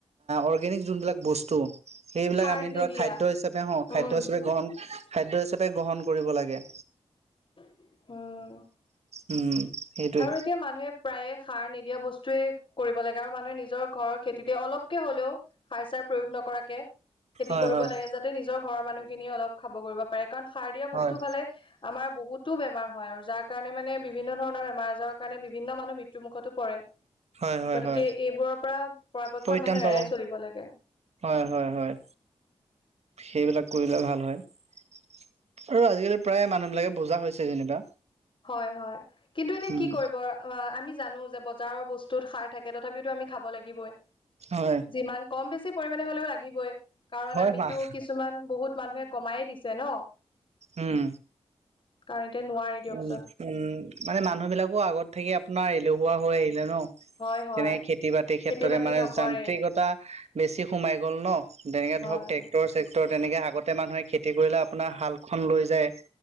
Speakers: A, on the right (about 70°); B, on the left (about 50°).
A: অৰ্গেনিক যোনবিলাক বস্তু সেইবিলাক
B: সাৰ
A: আমি
B: নিদিয়া
A: ধৰক খাদ্য হিচাপে হ
B: উম
A: খাদ্য হিচাপে গ্ৰহণ খাদ্য হিচাপে গ্ৰহণ কৰিব লাগে।
B: উম
A: উম সেইটোৱে
B: আৰু এতিয়া মানুহে প্ৰায়ে সাৰ নিদিয়া বস্তু কৰিব লাগে আৰু মানুহে নিজৰ ঘৰৰ খেতিতে অলপকে হ'লেও সাৰ চাৰ প্ৰয়োগ নকৰাকে খেতি
A: হয়
B: কৰিব
A: হয়
B: লাগে যাতে নিজৰ ঘৰৰ মানুহ খিনিয়ে অলপ খাব কৰিব পাৰে কাৰণ সাৰ দিয়া বস্তু
A: হয়
B: খালে আমাৰ বহুত টো বেমাৰ হয় আৰু যাৰ কাৰণে মানে বিভিন্ন ধৰণৰ বেমাৰ আজাৰৰ কাৰণে বিভিন্ন মানুহ মৃত্যু মুুখতো পৰে
A: হয় হয়
B: গতিকে
A: হয়
B: এইবোৰৰ পৰা পৰাপক্ষত
A: পৰিত্ৰাণ
B: মানুহ
A: পাব
B: এৰাই চলিব লাগে
A: হয় হয় হয় সেইবিলাক কৰিলে ভাল আৰু আজিকালি প্ৰায় মানুহ বিলাকে বুজা হৈছে যেনিবা।
B: হয় হয় কিন্তু এতিয়া
A: উম,
B: কি কৰিব আমি জানো যে বজাৰৰ বস্তুত সাৰ থাকে তথাপিতো আমি খাব লাগিবই
A: হয়।
B: যিমান কম বেছি পৰিমানে হলেও লাগিবই কাৰণ
A: হয়
B: আমিতো
A: মাহ
B: কিছুমান বহুত মানুহে কমাইয়ে দিছে ন
A: উম
B: কাৰণ এতিয়া নোৱাৰি দিয়ক
A: উ উম মানে মানুহ বিলাকো আগত থাকি আপোনাৰ আহ এলেহুৱা হৈ আহিলে ন
B: হয় হয়
A: তেনেক খেতি বাতিৰ ক্ষেত্ৰতে
B: খেতি বাতি
A: মানে
B: নকৰে
A: যান্ত্ৰিকতা বেছি সোমাই গ'ল ন তেনেকে
B: হয়
A: ধৰক
B: হয়
A: টেক্টৰ চেক্টৰ তেনেকে আগতে মানুহে খেতি কৰিলে আপোনাৰ হালখন লৈ যায়